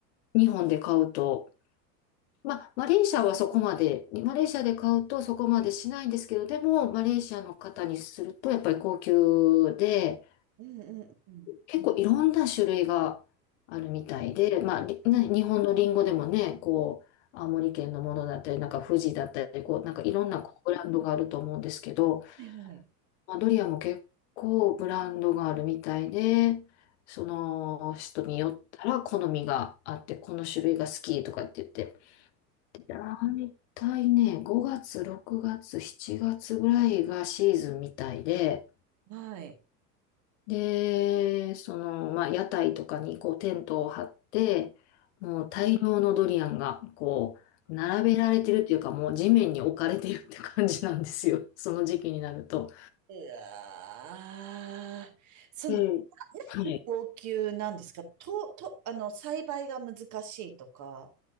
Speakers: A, on the left; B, on the right.
A: 日本で買うと、まあマレーシアはそこまで、マレーシアで買うとそこまでしないんですけど、でもマレーシアの方にするとやっぱり高級で、
B: うんうん
A: 結構いろんな種類があるみたいで、まあ、りね、日本のリンゴでもね、こう、青森県のものだったり、なんか富士だったり、こう、なんかいろんなこうブランドがあると思うんですけど、
B: うん。はい。
A: まあ、ドリアンも結構ブランドがあるみたいで、その人によったら好みがあって、この種類が好きとかって言って、大体ね、5月、6月、7月ぐらいがシーズンみたいで、
B: はい。
A: で、その、まあ、屋台とかにこうテントを張って、もう大量のドリアンがこう、並べられてるっていうか、もう地面に置かれてるって感じなんですよ。<laughs> その時期になると。
B: うわーその、
A: うんはい。
B: ななんで高級なんですかと、と、あの、栽培が難しいとか。